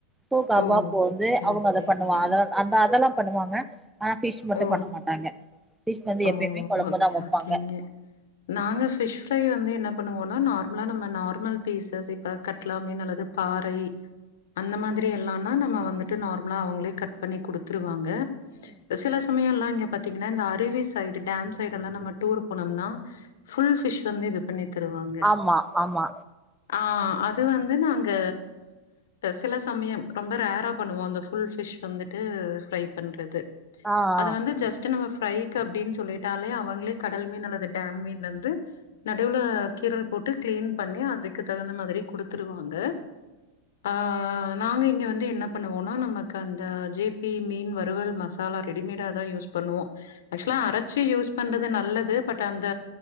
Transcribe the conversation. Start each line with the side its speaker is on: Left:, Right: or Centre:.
Centre: சோ கபாப்
Left: ஓ!
Centre: வந்து
Left: ஓகே,
Centre: அவுங்க
Left: ஓகே.
Centre: அத பண்ணுவா
Left: ம்.
Centre: அதார் அந்த அதெல்லா பண்ணுவாங்க ஆனா பிஷ் மட்டு
Left: ஓ!
Centre: பண்ண மாட்டாங்க பிஷ் வந்து
Left: ஓ!
Centre: எப் எப்பயுமே கொழம்புதா
Left: ஓகே,
Centre: வப்பாங்க
Left: ஓகேங்க. நாங்க ஃபிஷ் ஃப்ரை வந்து என்ன பண்ணுவோனா நார்மலா நம்ம நார்மல் பீசஸ் இப்போ கட்லா மீனு அல்லது பாறை அந்த மாதிரி எல்லான்னா நம்ம வந்துட்டு நார்மலா அவங்களே கட் பண்ணி குடுத்துருவாங்க
Centre: ம்
Left: செல சமயோல்லா இங்க பாத்தீங்ன்னா இந்த அருவி சைடு டம் சைடு எல்லா நம்ம டூர் போனோம்னா ஃபுல் பிஷ் வந்து இது பண்ணி தருவாங்க
Centre: ஆமா ஆமா
Left: ஆ அது வந்து நாங்க சில சமயம் ரொம்ப ரேரா பண்ணுவோ அந்த ஃபுல் ஃபிஷ் வந்துட் டு ஃப்ரை பண்றது
Centre: ஆ ஆ
Left: அது வந்து ஜஸ்ட் டு நம்ம ஃப்ரைக் அப்டின் சொல்லிட்டாலே அவங்களே கடல் மீன் அல்லது டேம் மீன் வந்து நடுவுல கீரல் போட்டு க்ளீன் பண்ணி அதுக்கு தகுந்த மாதிரி குடுத்துடுவாங்க ஆ நாங்க இங்க வந்து என்ன பண்ணுவோனா நமக்கு அந்த ஜே பி மீன் வறுவல் மசா மசாலா ரெடிமேடா தா யூஸ் பண்ணுவோ ஆக்சுவலா அரச்சு யூஸ் பண்றது நல்லது பட் அந்த